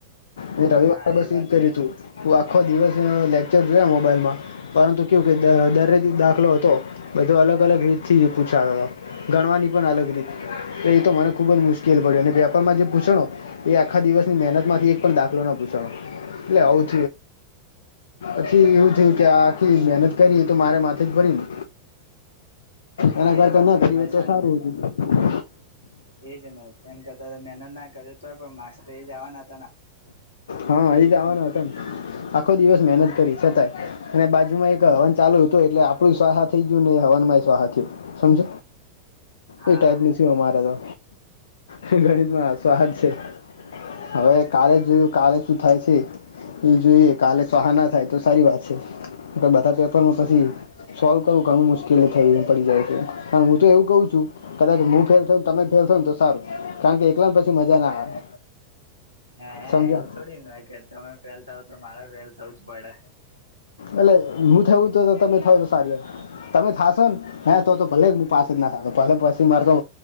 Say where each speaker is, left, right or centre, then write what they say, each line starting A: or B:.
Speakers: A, on the left; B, on the left.
A: મેં રવિવારે
B: હા
A: બસ
B: એ વાત
A: એજ કર્યું
B: તો છે
A: તું.
B: જ
A: હું આખો દિવસ લેક્ચર જોયા મોબાઈલમાં. પરંતુ કેુ કે દરેથી દાખલો હતો બધો અલગ અલગ રીતથી પૂછાતા હતો. ગણવાની પણ અલગ રી એ તો મને ખુબ જ મુશ્કેલ પડ્યું અને પેપરમાં જે પૂછણ. એ આખા દિવસની મહેનત માંથી એક પણ દાખલો ના પૂછણો એટલે આવ. પછી એવું થયું કે
B: હા
A: આખી મહેનત. કરીએ તો મારે માથે જ ભરીને.
B: હા
A: એના કરતા
B: એ વાત
A: ના
B: તમારી
A: ફવે તો સારું હોય.
B: એ જ ને એને કરતા મહેનત ના કરે તોય પણ માસ્ એ જવાના.
A: હા એ ગાવાના હતા આખો દિવસ મહેનત કરી છતાંય. અને બાજુમાં એક હવન ચાલુ હતું એટલે આપડું સ્હા થઈ ગયું ને હવન સ્હા થયું સમજ.
B: હા
A: એ ટાઈપની છે. અમારે તો ગણિતમાં આ સ્વાદ છે હવે. કાલે જોયું કાલે શું થાય છે એ જોઈએ કાલે સહાના થાય તો સારી વાત છે. બધા પેપરમાં પછી.
B: હા
A: સોલ્વ કરવું ઘણું મુશ્કેલી થઈને પડી જાય છે કાર હું તો એવું કઉ છું. કદાચ હું ફેલ થય તમે ફેલ થય ને તો સારું કારણ કે એકલાને પછી મજા ના આવે.
B: હ હ
A: સમજ્યા
B: એવું થોડી હોય કે તમે ફેલ થાવ તો મારે ફેલ થવું જ પડે.
A: એટલે હું થું તો તમે થ છ સારી વાર. તમે થશો ને હ તો તો ભલે પાસે જ ના થતો ભલે પછી મારે તો.